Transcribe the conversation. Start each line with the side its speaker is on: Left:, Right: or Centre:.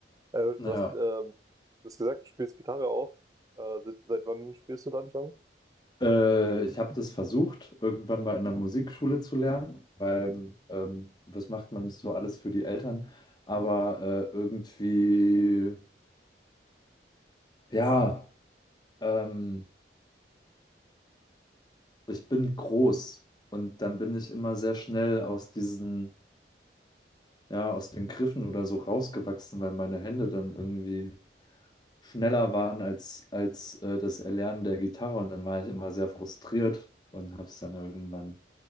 Right: Äh,
Left: Ja.
Right: was, ähm, du hast gesagt, du spielst Gitarre auch. Äh, seit, seit wann spielst du dann schon?
Left: Äh, ich habe das versucht, irgendwann mal in der Musikschule zu lernen, weil ähm, was macht man nicht so alles für die Eltern? Aber äh, irgendwie, ja, ähm, ich bin groß und dann bin ich immer sehr schnell aus diesen, ja, aus den Griffen oder so rausgewachsen, weil meine Hände dann irgendwie schneller waren als, als äh, das Erlernen der Gitarre und dann war ich immer sehr frustriert und habe es dann irgendwann.